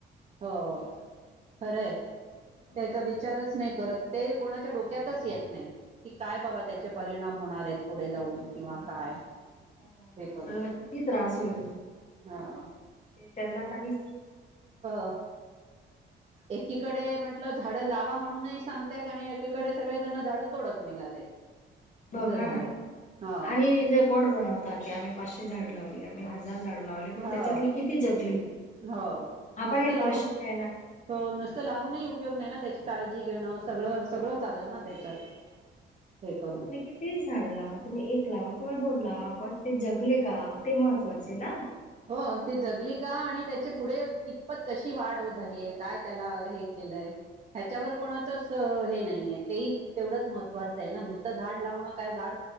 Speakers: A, on the right; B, on the left.
A: हो खरंय
B: हो
A: त्याचा विचारच नाही कर प्रत्यय कोणाच्या डोक्यातच येत नाही की काय बाबा त्याचे परिणाम होणार आहेत पुढे जाऊन किंवा काय
B: ह
A: हे करून
B: आपल्याला किती त्रास होईल त्याच्यामुळे
A: हा
B: ते त्यांना काही
A: व एकीकडे म्हटलं झाडं लावा म्हणूनही सांगतायत आणि एकीकडे सगळे जण झाडं तोडत निघालेत
B: बघा
A: असं झालंय
B: ना
A: हा
B: आणि रेकॉर्ड बनवता की आम्ही पा झाडू लावले हजार झाडू लावले पण
A: हा
B: त्याच्यातली किती जगली
A: हो
B: हा
A: नुसतं
B: पण एक
A: लावून
B: प्रश्न आहे ना
A: हो नुसतं लावूनही उपयोग नाही ना त्याची काळजी घेणं सगळं सगळं चाल ना त्याच्यात हे करून
B: ककी तीस झाडं लावा तुम्ही एक लावा किंवा दोन लावा पण ते जगले का ते महत्वाचे ना
A: हो तेी जगली का आणि त्याचे पुढे कितपत कशी वाढ झालीय काय त्याला हे केलंय ह्याच्यावर कोणाचच हे नाहीये ते तेवढच महत्त्वाचं आहे ना नुसतं झाड लावणं काय झाड